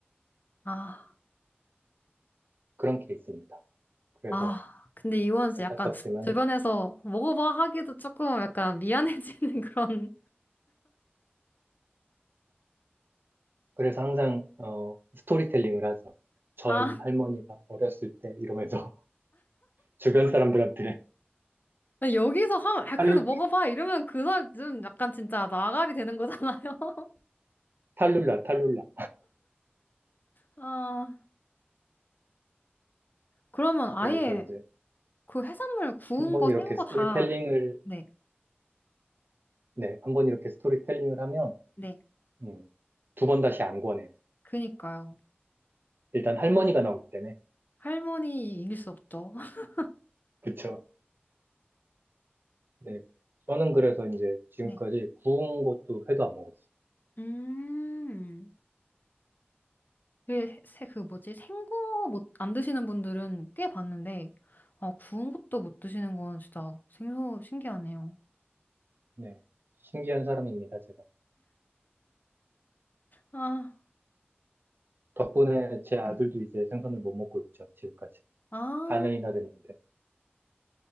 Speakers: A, on the left; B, on the right.
A: 아,
B: 그런 케이스입니다. 그래서
A: 아. 근데 이건 진짜
B: 안타깝지만
A: 약간 주변에서 먹어봐 하기도 조금 약간 미안해지는 <laughs> 그런,
B: 그래서 항상 어, 스토리텔링을 하죠. 저희
A: 아,
B: 할머니가 어렸을 때 이러면서 <laughs> 주변 사람들한테
A: 여기서 하면, 아,
B: 탈,
A: 그래도 먹어봐 이러면 그 사람 좀 약간 진짜 나가리 되는 거잖아요. <laughs>
B: 탈룰라, 탈룰라.
A: 아, 그러면 아예
B: 그래서 이제
A: 그 해산물 구운
B: 한 번
A: 거,
B: 이렇게
A: 생 거
B: 스토리텔링을,
A: 다, 네,
B: 네, 한번 이렇게 스토리텔링을 하면,
A: 네.
B: 음, 두번 다시 안 권해요.
A: 그니까요.
B: 일단 할머니가 나오기 때문에.
A: 할머니 이길 수 없죠. <laughs>
B: 그쵸. 네. 저는 그래서 이제 지금까지
A: 네.
B: 구운 것도 회도 안 먹었어요.
A: 음, 그게 세, 세- 그 뭐지? 생거 못, 안 드시는 분들은 꽤 봤는데, 아, 구운 것도 못 드시는 건 진짜 생소, 신기하네요.
B: 네. 신기한 사람입니다, 제가.
A: 아,
B: 덕분에 제
A: 네.
B: 아들도 이제 생선을 못 먹고 있죠, 지금까지.
A: 아,
B: 4년이나 됐는데.